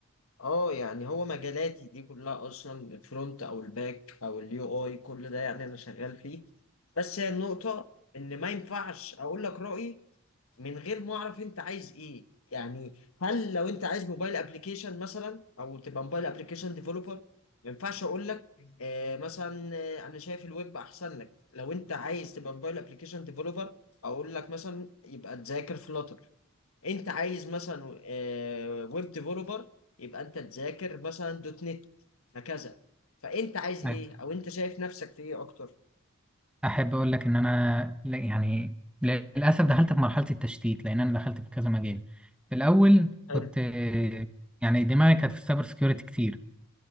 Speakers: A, on the left (about 70°); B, in the centre.
A: اه يعني هو مجالاتي دي كلها اصلا الفرونت او الباك او اليو اي كل ده يعني انا شغال فيه بس هي النقطة ان ما ينفعش اقول لك رأيي من غير ما اعرف انت عايز ايه يعني هل لو انت عايز موبايل ابلكيشن مثلا او تبقى موبايل ابلكيشن ديفلوبر ما ينفعش اقول لك آه مثلا آه، انا شايف الويب احسن لك لو انت عايز تبقى موبايل ابلكيشن ديفلوبر اقول لك مثلا يبقى تذاكر فلاتر انت عايز مثلا آه ويب ديفلوبر يبقى انت تذاكر مثلا دوت نت هكذا فانت عايز ايه
B: أيوة.
A: او انت شايف نفسك في ايه اكتر
B: احب اقول لك ان انا لا- يعني للاسف دخلت في مرحله التشتيت لان انا دخلت في كذا مجال في الاول
A: حلو
B: كنت يعني دماغي كانت في السايبر سكيورتي كتير